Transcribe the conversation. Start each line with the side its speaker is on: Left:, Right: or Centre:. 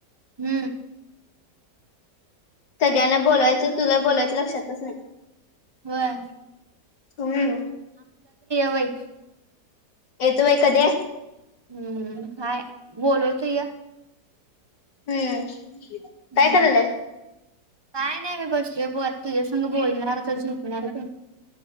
Right: हम्म.
Left: सगळ्यांना बोलायचं तुला बोलायचं लक्षातच नाही
Right: व्हय.
Left: हम्म.
Right: बाई
Left: येतो बाई कधीय
Right: हम्म हाय बोलवतो य
Left: हम्म.
Right: हम्म
Left: काय कराल्यास?
Right: काय नाही बाई बसलोय बघ आता तुझ्यासंग बोलणार जरा झोपणार बग.